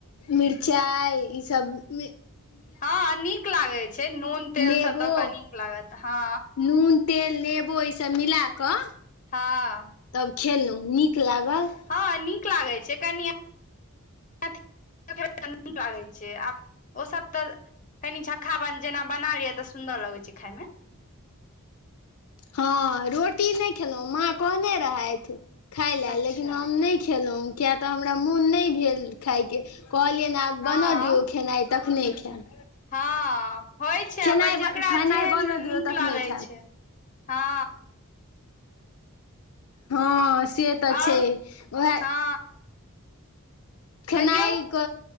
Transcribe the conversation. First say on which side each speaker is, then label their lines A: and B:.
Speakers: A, on the left; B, on the left.
A: मिरचाइ ईसभमे
B: हँ नीक लागै छै नून तेल
A: नेबो
B: सब द क नीक लागत हँ
A: नून तेल लेबो ईसब मिलाकऽ
B: हँ
A: तब खेलहुँ नीक लागल
B: हँ नीक लागैत छै कनि अ तऽ नीक लागै छै आब ओ सब तऽ <unintelligible> कनी झक्खा जेना बना लियै तऽ सुंन्दर लगे छै खाय मे
A: हँ रोटी नहि खेलहुँ माँ कहने रहथि खाय लेलए
B: अच्छा
A: लेकिन हम नहि खेलहुँ किया तऽ हमरा मोन नहि भेल खायके कहलियनि आब
B: हँ
A: बनऽ दियौ खेनाइ तखने खायब
B: हँ होइ छै
A: खेनाइ
B: अपन जकरा
A: खेनाइ
B: जेहन
A: बनऽ दियौ
B: नीक
A: तखने
B: लागै
A: खायब
B: छै हँ
A: हँ से तऽ
B: आओर
A: छै उएह
B: हँ
A: खेनाइ
B: कहियौ
A: क